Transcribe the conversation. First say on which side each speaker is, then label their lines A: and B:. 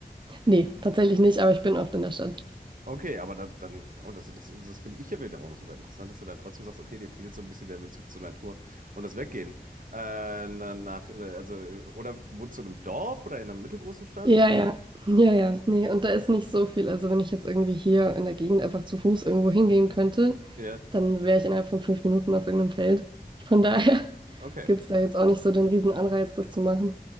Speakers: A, on the right (about 30°); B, on the right (about 55°).
A: Nee, tatsächlich nicht, aber ich bin oft in der Stadt.
B: Okay, aber dann, dann oh, das, das, das finde ich ja wiederum super interessant, dass du dann trotzdem sagst, okay, dir fehlt so ein bisschen der Bezug zur Natur und das Weggehen. Äh, na- nach, äh, also, äh, oder wohnst du in einem Dorf oder in einer mittelgroßen Stadt?
A: Ja, ja, ja, ja, nee, und da ist nicht so viel. Also wenn ich jetzt irgendwie hier in der Gegend einfach zu Fuß irgendwo hingehen könnte,
B: Ja,
A: dann wäre ich innerhalb von fünf Minuten auf irgendeinem Feld. Von
B: okay,
A: daher <laughs>
B: okay.
A: gibt es da jetzt auch nicht so den riesen Anreiz, das zu machen.